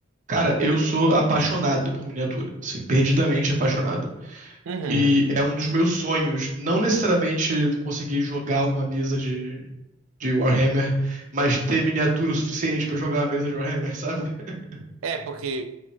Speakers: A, on the right; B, on the right.
A: Cara, eu sou apaixonado por miniatura, assim, perdidamente apaixonado.
B: Uhum.
A: E é um dos meus sonhos, não necessariamente conseguir jogar uma mesa de, de Warhammer, mas ter miniatura o suficiente pra jogar uma mesa de Warhammer, sabe? <laughs>
B: É, porque